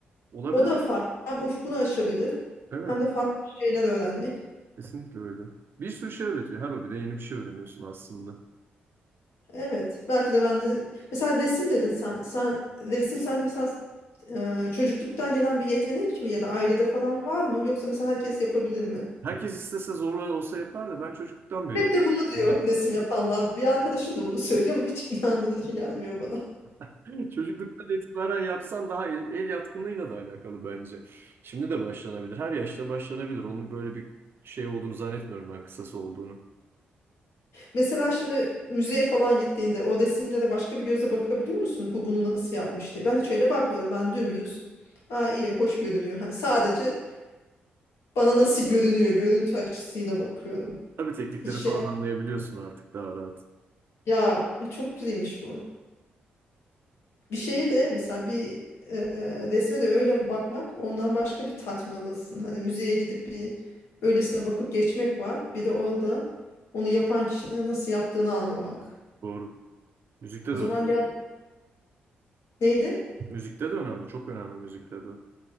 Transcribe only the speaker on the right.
Olabilir.
Evet.
Kesinlikle öyle. Bir sürü şey öğretiyor. Her hobide yeni bir şey öğreniyorsun aslında.
Herkes istese zorla olsa yapar da ben çocukluktan beri
yapıyorum.
<laughs> Çocukluktan itibaren yapsan daha el, el yatkınlığıyla da alakalı bence. Şimdi de başlanabilir. Her yaşta başlanabilir. Onun böyle bir şey olduğunu zannetmiyorum ben kısası olduğunu.
Tabii teknikleri
falan anlayabiliyorsun artık daha rahat.
Doğru. Müzikte
de
müzikte de önemli. Çok önemli müzikte de.